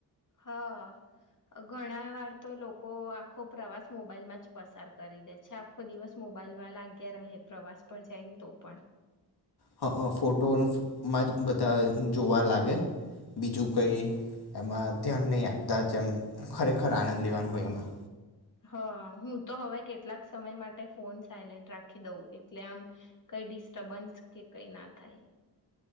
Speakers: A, on the left; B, on the left.
A: હા ઘણા વાર તો લોકો આખો પ્રવાસ મોબાઈલમાં જ પસાર કરી દે છે આખો દિવસ મોબાઈલમાં લાગ્યા રહે પ્રવાસ પર જાય ને તો પણ
B: હ અ ફોટોઅનફુમાં જ બધા જોવા લાગે બીજું કઈ એમાં ધ્યાન નહી આપતા જેમ ખરેખર આનંદ લેવાનો હોય એમાં
A: હા હું તો હવે કેટલાક સમય માટે ફોન સાયલેન્ટ રાખી દઉં એટલે આમ કઈ ડિસ્ટર્બન્સ કે કઈ ના થાય